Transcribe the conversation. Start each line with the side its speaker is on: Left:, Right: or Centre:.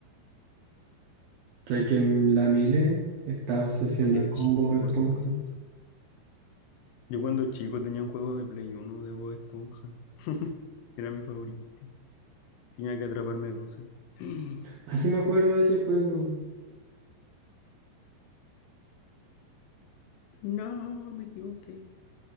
Right: Sé que m- la Mile está obsesionada
Left: de
Right: con
Left: Chile,
Right: Bob Esponja.
Left: por supuesto. Yo cuando chico tenía un juego de Play uno de Bob Esponja. <laughs> Era mi favorito. Tenía que atrapar medusas. <gasps>
Right: Ah, sí me acuerdo de ese juego.
Left: No, me equivoqué.